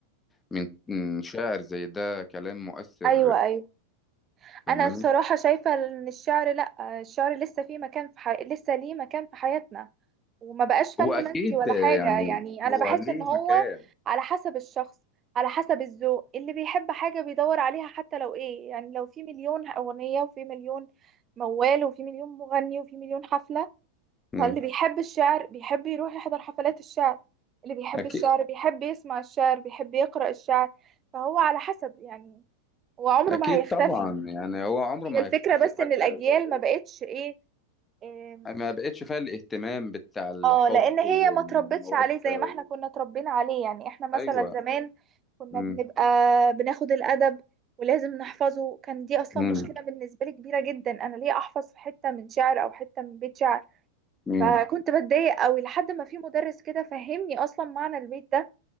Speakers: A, on the left; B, on the right.
A: من من شاعر زي ده كلام مؤثر
B: ايوه ايوه
A: فاهمني
B: انا بصراحه شايفه ان الشعر لا الشعر لسه فيه مكان في حي... لسه ليه مكان في حياتنا وما بقاش فن
A: هو أكيد
B: منسي ولا
A: يعني
B: حاجة يعني أنا
A: هو
B: بحس
A: ليه
B: إن هو
A: مكان
B: على حسب الشخص على حسب الذوق اللي بيحب حاجة بيدور عليها حتى لو إيه يعني لو في مليون أغنية وفي مليون موال وفي مليون مغني وفي مليون حفلة
A: مم.
B: فاللي بيحب الشعر بيحب يروح يحضر حفلات الشعر اللي بيحب
A: أكيد
B: الشعر بيحب يسمع الشعر بيحب يقرأ الشعر فهو على حسب يعني وعمره
A: أكيد
B: ما هيختفي
A: طبعا يعني هو عمره
B: هي
A: ما
B: الفكرة
A: هيختفي
B: بس
A: حاجة
B: إن الأجيال
A: زي ده
B: ما بقتش إيه إيه
A: ما بقتش فيها الاهتمام بتاع الحب
B: اه لان هي
A: والمودة
B: ما تربتش عليه زي ما
A: و...
B: احنا كنا اتربينا عليه يعني احنا مثلا
A: أيوة
B: زمان كنا
A: مم.
B: بنبقى بناخد الادب ولازم نحفظه كان دي اصلا
A: مم.
B: مشكله بالنسبه لي كبيره جدا انا ليه احفظ في حته من شعر او حته من بيت شعر
A: مم.
B: فكنت بتضايق قوي لحد ما في مدرس كده فهمني اصلا معنى البيت ده